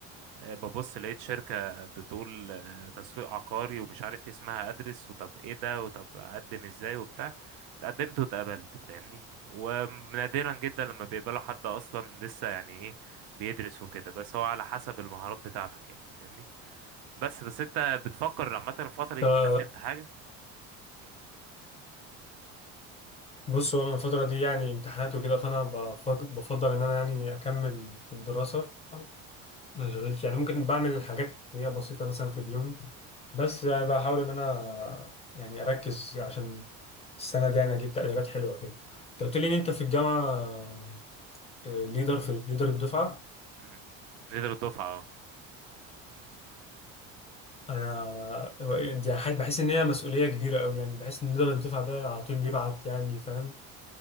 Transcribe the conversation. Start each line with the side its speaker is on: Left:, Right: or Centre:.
Right: آه، ببص لقيت شركة بتقول آه، تسويق عقاري ومش عارف إيه اسمها ادرس وطب ايه ده وطب اقدم ازاي وبتاع اتقدمت واتقبلت فاهمني ونادرا جدا لما بيقبلوا حد اصلا لسه يعني ايه بيدرس وكده بس هو على حسب المهارات بتاعتك يعني فاهمني بس بس انت بتفكر عامة الفترة
Left: ف-
Right: دي تقدم في حاجة
Left: بص هو انا الفتره دي يعني امتحانات وكده فانا بفك- بفضل ان انا يعني اكمل في الدراسه ما اشغلش يعني ممكن بعمل حاجات هي بسيطة مثلا في اليوم بس يعني بحاول ان انا يعني اركز عشان السنة دي يعني اجيب تقديرات حلوة كده انت قلت لي ان انت في الجامعة ليدر في ليدر الدفعة
Right: مم. نقدر الدفعة اه
Left: انا هو- دي حاجة بحس ان هي مسؤولية كبيرة قوي يعني بحس ان ليدر الدفعة ده على طول بيبعت يعني فاهم